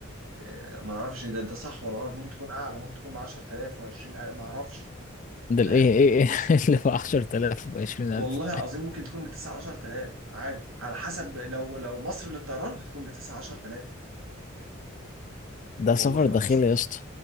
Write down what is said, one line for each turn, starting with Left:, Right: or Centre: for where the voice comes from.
Right: آه، ما اعرفش ده ده صح ولا غلط ممكن تكون اعلى ممكن تكون ب 10000 و 20000 ما اعرفش
Left: ده
Right: فاهم
Left: الإيه إيه
Right: بس
Left: إيه <laughs> اللي ب 10000 و 20000
Right: والله العظيم ممكن تكون بتسعة عشر تلاف عادي على حسب لو لو مصر للطيران هتكون بتسعة عشر تلاف
Left: ده
Right: والله
Left: سفر
Right: لو
Left: داخلي
Right: مصر
Left: يا اسطى